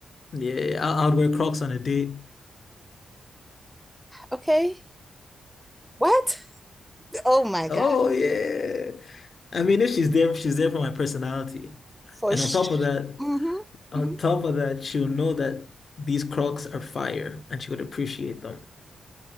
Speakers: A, on the left (about 55°); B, in the centre.
A: Yeah, I, I would wear Crocs on a date.
B: Okay. What? Oh my
A: Oh
B: God.
A: yeah. I mean, if she's there, she's there for my personality.
B: For
A: And
B: sh
A: on top of that,
B: hmm
A: on
B: hmm
A: top of that, she'll know that these Crocs are fire and she would appreciate them.